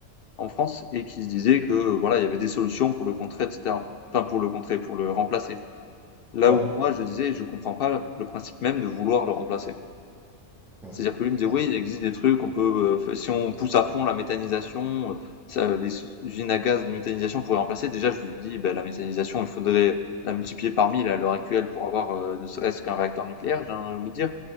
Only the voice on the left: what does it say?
en France et qu'il se disait que euh, voilà, il y avait des solutions pour le contrer, etc. Enfin, pour le contrer, pour le remplacer. Là
où moi, je disais, je comprends pas le principe même de vouloir le remplacer.
C'est-à-dire que lui me disait:
«Oui, il existe des trucs, on peut, heu, si on pousse à fond la méthanisation, heu, ça les usines à gaz de méthanisation pourraient remplacer». Déjà, je lui dis: ben la méthanisation, il faudrait la multiplier par 1000 à l'heure actuelle pour avoir, heu, ne serait-ce qu'un réacteur nucléaire», j'ai envie de vous dire.